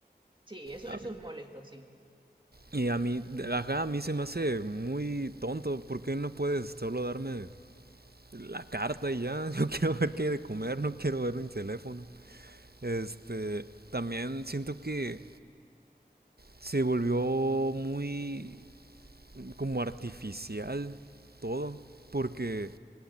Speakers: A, on the right; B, on the right.
A: Sí, eso,
B: A
A: eso
B: ver.
A: es molesto, sí.
B: Y a mí, ajá, a mí se me hace muy tonto, ¿por qué no puedes solo darme la carta y ya? <laughs> Yo quiero ver qué hay de comer, no quiero ver mi teléfono. Este, también siento que se volvió muy como artificial todo, porque